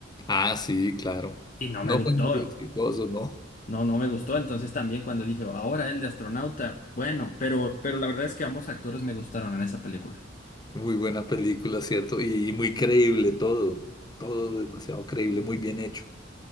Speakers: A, on the left (about 20°); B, on the left (about 45°).
A: Ah, sí, claro.
B: y no
A: No,
B: me gustó.
A: fue muy exitoso, no.
B: No, no me gustó. Entonces también cuando dije, ahora el de astronauta, bueno, pero, pero la verdad es que ambos actores me gustaron en esa película.
A: Muy buena película, ¿cierto? Y, muy creíble todo. Todo demasiado creíble, muy bien hecho.